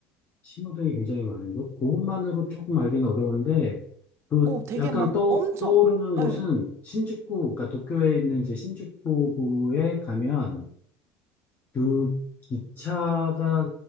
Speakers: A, on the left; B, on the right.
A: 신호등이 굉장히 많은 곳. 그것만으로 조금 알기는 어려운데, 그
B: 오, 되게
A: 약간
B: 막
A: 떠,
B: 엄청,
A: 떠오르는 곳은
B: 예.
A: 신주쿠, 그러니까 도쿄에 있는 이제 신주쿠구에 가면 그 기차가